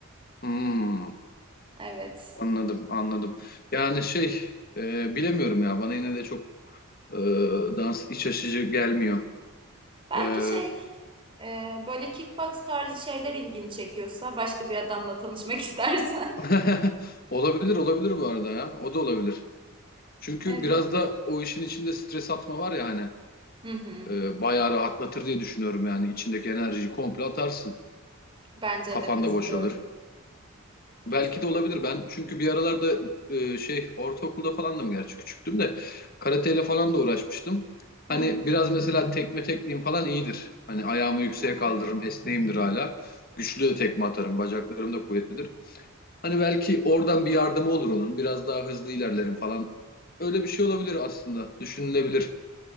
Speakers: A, on the left; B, on the right.
A: Hmm.
B: Evet.
A: Anladım, anladım. Yani şey, e, bilemiyorum ya. Bana yine de çok Ee, dans iç açıcı gelmiyor.
B: Belki
A: Ee,
B: şey e, böyle kickbox tarzı şeyler ilgini çekiyorsa başka bir adamla tanışmak <laughs> istersen.
A: <laughs> olabilir olabilir bu arada ya. O da olabilir. Çünkü
B: Evet.
A: biraz da o işin içinde stres atma var ya hani.
B: Hı hı.
A: e, bayağı rahatlatır diye düşünüyorum yani. İçindeki enerjiyi komple atarsın.
B: Bence
A: Kafanda
B: de katılıyorum.
A: boşalır. Belki
B: Kesin.
A: de olabilir. Ben çünkü bir aralarda e, şey ortaokulda falandım gerçi küçüktüm de karateyle falan da uğraşmıştım.
B: Hı
A: Hani
B: hı.
A: biraz mesela tekme tekniğim falan iyidir. Hani ayağımı yükseğe
B: Hmm.
A: kaldırırım, esneğimdir hala. Güçlü de tekme atarım, bacaklarım da kuvvetlidir. Hani belki oradan bir yardımı olur onun. Biraz daha hızlı ilerlerim falan. Öyle bir şey olabilir aslında. Düşünülebilir.